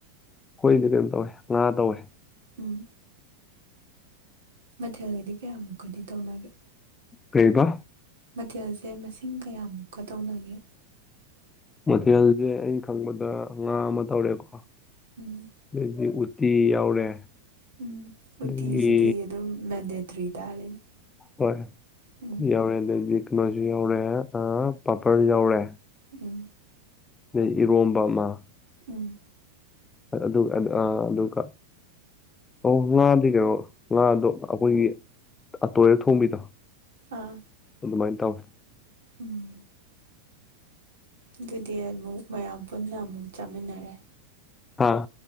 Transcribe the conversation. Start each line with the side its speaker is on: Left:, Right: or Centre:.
Left: ꯑꯩꯈꯣꯏꯗꯤ ꯀꯩꯅꯣ ꯇꯧꯋꯦ ꯉꯥ ꯇꯧꯋꯦ꯫
Right: ꯎꯝ ꯃꯊꯦꯜꯒꯗꯤ ꯀꯌꯥꯃꯨꯛꯀꯗꯤ ꯇꯧꯅꯒꯦ꯫
Left: ꯀꯩꯕ꯫
Right: ꯃꯊꯦꯜꯁꯦ ꯃꯁꯤꯡ ꯀꯌꯥꯃꯨꯛꯀ ꯇꯧꯅꯒꯦ꯫
Left: ꯃꯊꯦꯜꯦꯜꯁꯦ ꯑꯩꯅ ꯈꯪꯕꯗ ꯉꯥ ꯑꯃ ꯇꯧꯔꯦꯀꯣ
Right: ꯎꯝ
Left: <unintelligible> ꯇꯤ ꯌꯥꯎꯔꯦ꯫
Right: ꯎꯝ
Left: ꯑꯗꯒꯤ
Right: ꯎꯇꯤꯁꯤꯗꯤ ꯑꯗꯨꯝ ꯃꯦꯟꯗꯦꯇ꯭ꯔꯤ ꯇꯥꯔꯦꯅꯦ
Left: ꯍꯣꯏ
Right: ꯎꯝ
Left: ꯑꯗꯩꯗꯤ ꯅꯣꯏ ꯌꯥꯎꯔꯦ ꯑꯪ ꯄꯥꯄꯔ ꯌꯎꯔꯦ꯫
Right: ꯎꯝ
Left: ꯑꯗꯩ ꯏꯔꯣꯝꯕ ꯑꯃ
Right: ꯎꯝ
Left: ꯑꯗꯨꯒ ꯑꯥ ꯑꯗꯨꯒ ꯑꯣ ꯉꯥꯗꯤ ꯀꯩꯅꯣ ꯉꯥꯗꯣ ꯑꯩꯈꯣꯏꯒꯤ ꯑ ꯇꯣꯏꯔ ꯊꯣꯡꯕꯤꯗꯣ
Right: ꯑꯥ
Left: ꯑꯗꯨ ꯃꯥꯏ ꯇꯧꯢ꯫
Right: ꯎꯝ ꯑꯗꯨꯗꯤ ꯑꯃꯨꯛ ꯃꯌꯥꯝ ꯄꯨꯟꯅ ꯑꯃꯨꯛ ꯆꯥꯃꯤꯟꯅꯔꯦ꯫
Left: ꯍꯥꯥ